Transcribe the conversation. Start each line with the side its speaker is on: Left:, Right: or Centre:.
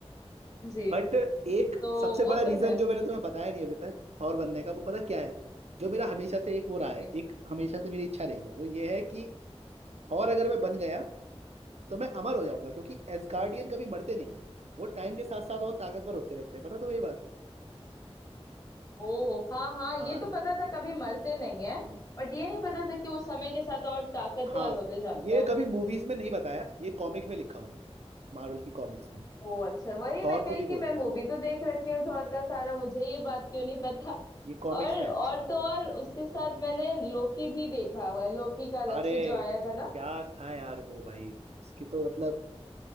Left: जी
Right: बट एक
Left: तो
Right: सबसे
Left: वो
Right: बड़ा रीजन
Left: तो है
Right: जो मैंने तुम्हें बताया नहीं अभी तक थॉर बनने का वो पता क्या है जो मेरा हमेशा से एक वो रहा
Left: जी
Right: है एक हमेशा से मेरी इच्छा रही है वो ये है कि थॉर अगर मैं बन गया तो मैं अमर हो जाऊंगा क्योंकि एसगार्डियन कभी मरते नहीं है वो टाइम के साथ साथ और ताकतवर होते रहते हैं पता तुम्हें ये बात
Left: ओ हाँ हाँ
Right: हाँ
Left: ये तो पता था कभी मरते नहीं है
Right: हम्म,
Left: बट ये नहीं पता था कि वो समय के साथ और ताकतवर
Right: हाँ
Left: होते जाते
Right: ये
Left: हैं
Right: कभी मूवीज में नहीं बताया ये कॉमिक में लिखा हुआ है मार्वल की कॉमिक्स में
Left: ओ अच्छा वही
Right: थॉर
Left: मैं कही
Right: खुद ही
Left: कि
Right: बोलता
Left: मैं मूवी
Right: है
Left: तो देख रखी हूँ थॉर
Right: हम्म,
Left: का सारा मुझे ये बात क्यों नहीं पता
Right: ये कॉमिक्स
Left: और
Right: में
Left: और
Right: है।
Left: तो और उसके साथ मैंने लोकी भी देखा हुआ है लोकी का अलग
Right: अरे
Left: से जो आया था ना
Right: क्या था यार वो भाई उसकी तो मतलब